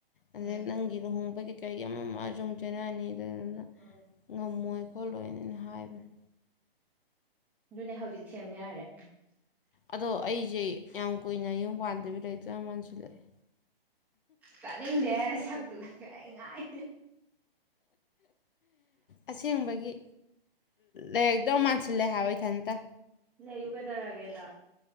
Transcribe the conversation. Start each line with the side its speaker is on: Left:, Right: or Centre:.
Left: ꯑꯗꯩ
Centre: ꯎꯝ
Left: ꯅꯪꯒꯤ ꯂꯨꯍꯣꯡꯕꯒꯤ ꯀꯩꯒꯤ ꯑꯃ ꯑꯃꯖꯨꯝ ꯆꯦꯟꯅꯔꯅꯤ ꯑꯗꯨꯗꯨꯅ
Centre: <unintelligible>
Left: ꯉꯝꯃꯣꯏ ꯈꯣꯠꯂꯣꯏꯅ ꯑꯩꯅ ꯍꯥꯏꯕꯅꯤ
Centre: ꯑꯗꯨꯅꯦ ꯍꯧꯖꯤꯛ ꯁꯦꯝꯕ ꯌꯥꯔꯦ
Left: ꯑꯗꯣ ꯑꯩꯖꯦ ꯌꯥꯝ ꯀꯨꯏꯅ ꯌꯨꯝ ꯄꯥꯟꯗꯕꯤ ꯂꯩꯔꯛꯇꯣꯏ ꯌꯥꯝ ꯃꯥꯟꯁꯤꯜꯂꯛꯑꯦ
Centre: ꯇꯥꯅꯤꯡꯗꯦꯍꯦ ꯅꯁꯛꯇꯨꯒ ꯑꯩ ꯉꯥꯏ
Left: ꯑꯁꯦꯡꯕꯒꯤ ꯂꯩꯗꯧ ꯃꯥꯟꯁꯤꯜꯂꯦ ꯍꯥꯏꯕ ꯏꯊꯟꯇ
Centre: ꯂꯩꯌꯨ ꯀꯩꯗꯧꯔꯒꯦꯗ